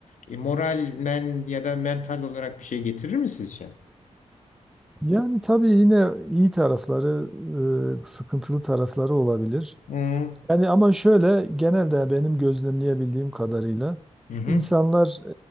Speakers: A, on the left; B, in the centre.
A: e, moralmen ya da mental olarak bir şey getirir mi sizce?
B: Yani tabii yine iyi tarafları, e, sıkıntılı tarafları olabilir.
A: Hı hı.
B: Yani ama şöyle genelde benim gözlemleyebildiğim kadarıyla
A: Hı hı.
B: insanlar